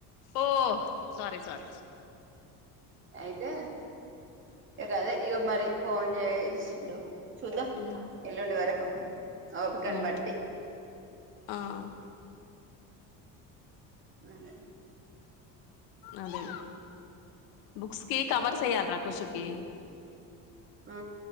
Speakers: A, on the left (about 80°); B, on the right (about 35°).
A: ఓ సార సార
B: అయితే ఇక అదే ఇక మరి ఫోన్ చేసిండు చూద్దాం
A: ఉమ్
B: ఎల్లుండి వరకు ఓపికన్
A: ఉమ్
B: బట్టి
A: ఆ
B: అదే
A: అదే బుక్స్ కి
B: సరే
A: కవర్స్ చెయ్యాలరాఖషుకి
B: అక్క ఆ